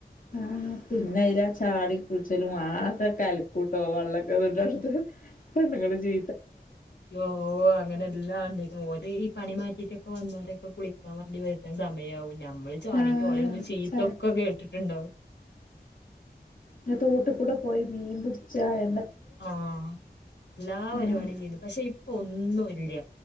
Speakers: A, on the left; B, on the left.
A: ആ പിന്നെ അതില ചാടി കുളിച്ചലും ആകെ കല കൂട്ടോ വെള്ളമൊക്കെ വ അടുത്ത് പെണ്ണുങ്ങൾ ജീ
B: ഓ അങ്ങനെല്ലാണ്ട് ഓര് ഈ പണി മാറ്റിയിട്ട വന്നവരൊക്കെ കുളിക്കാൻ വേണ്ടി വരുന്ന സമയ ആവും. ഞമ്മള് ചാടിട്ട്
A: ആഹ്
B: ഓലന്ന് ചീത്തൊക്കെ
A: ച
B: കേട്ടിട്ടുണ്ടാവ
A: ഞൻ തോട്ടിൽ കൂടെ പോയി മീൻ പിടിച്ചാ എ
B: ആഹ് എല്ലാ വരുപടിം
A: ഏഹ്
B: ചെയ്യുതു പക്ഷെ ഇപ്പ ഒന്നൂല്ല.